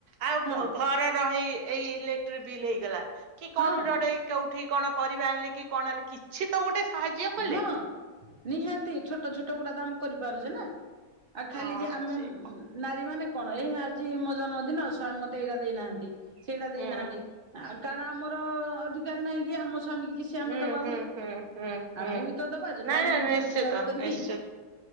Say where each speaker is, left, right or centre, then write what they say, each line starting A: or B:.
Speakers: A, on the right (about 75°); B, on the right (about 45°).
A: ଆଉ
B: ହଁ
A: ଘ ଘରେ ରହି ଏଇ ଇଲେକ୍ଟ୍ରିକ ବିଲ୍ ହେଇଗଲା କି କଣ
B: ହଁ
A: ଗୋଟେ ଗୋଟେ କୋଉଠି କଣ ପରିବା ଆଣିଲେ କି କଣ ଆଣିଲେ କିଛି ତ ଗୋଟେ ସାହାଯ୍ୟ କଲେ।
B: ହଁ ନିହାତି ଛୋଟ ଛୋଟ ଗୁଡା ଦାମ କରିପାରୁଛେ ନା। ଆଉ ଖାଲି
A: ହଁ
B: ଯେ ଆମେ
A: ସେଇଆ।
B: ନାରୀ ମାନେ କଣ ଏ ଆଜି ମୋ ଜନ୍ମଦିନ ସ୍ବାମୀ ମତେ ଏଇଟା ଦେଇନାହାନ୍ତି। ସେଇଟା ଦେଇନାହାନ୍ତି
A: ହୁଁ
B: କାରଣ ଆମର ଅଧିକାର ନାହିଁ କି ଆମ ସ୍ଵାମୀ କିଛି ଆମେ
A: ହୁଁ
B: ଦବା
A: ହୁଁ
B: ବୋଲି
A: ହୁଁ ହୁଁ। ହୁଁ
B: ଆମେ ବି ତ ଦବା ଯଦି
A: ନାଇଁ
B: ଆମେ
A: ନାଇଁ
B: ନିଜେ
A: ନିଶ୍ଚିତ
B: ରୋଜଗାର କରିକି?
A: ନିଶ୍ଚିତ